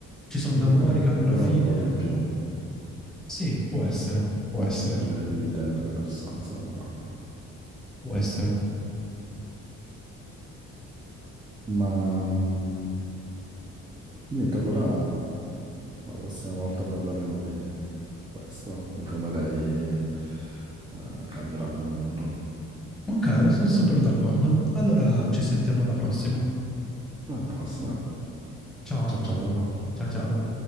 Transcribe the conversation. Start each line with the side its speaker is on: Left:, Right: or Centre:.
Centre: Ci sono lavori
Right: entra ancora
Centre: che hanno una fine.
Right: un po' di più
Centre: Sì, può essere, può essere,
Right: nelle vite delle persone, secondo me.
Centre: può essere.
Right: Ma mm, niente, allora la prossima volta parleremo di questo, di come lei eh, cambieranno il mondo.
Centre: Ok, sono super d'accordo. Allora ci sentiamo alla prossima.
Right: Alla prossima.
Centre: Ciao,
Right: Ciao ciao, bello.
Centre: ciao ciao.